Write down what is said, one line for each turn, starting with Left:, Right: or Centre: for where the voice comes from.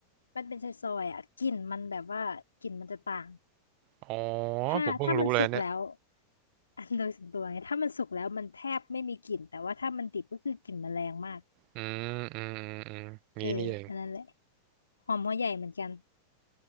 Left: มันเป็นซอยๆอ่ะกลิ่นมันแบบว่ากลิ่นมันจะต่าง
Right: อ๋อ
Left: ถ้าถ้ามันสุกแล้ว
Right: ผมเพิ่งรู้เลยเนี่ย
Left: <laughs> อันโดยส่วนตัวไงถ้ามันสุกแล้วมันแทบไม่มีกลิ่นแต่ว่าถ้ามันดิบก็คือกลิ่นมันแรงมาก
Right: อืมอืมอืมอืมงี้นี่เอง
Left: เอออันนั้นแหละหอมหัวใหญ่เหมือนกัน